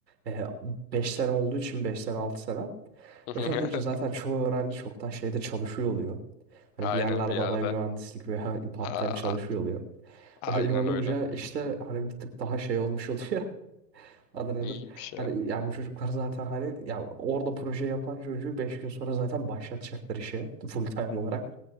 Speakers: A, on the right (about 80°); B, on the left (about 45°).
A: e, 5 sene olduğu için 5 sene 6 sene
B: <laughs>
A: öyle olunca zaten çoğu öğrenci çoktan şeyde çalışıyor oluyor. Hani
B: Aynen
A: bir yerlerde
B: bir yerde.
A: aday mühendislik veya part-time
B: Aa,
A: çalışıyor oluyor.
B: aynen
A: Öyle olunca
B: öyle.
A: işte hani bir tık daha şey olmuş oluyor. <laughs> Adı nedir?
B: İyiymiş ya.
A: Hani ya bu çocuklar zaten hani ya orada proje yapan çocuğu 5 gün sonra zaten başlatacaklar işe full time olarak.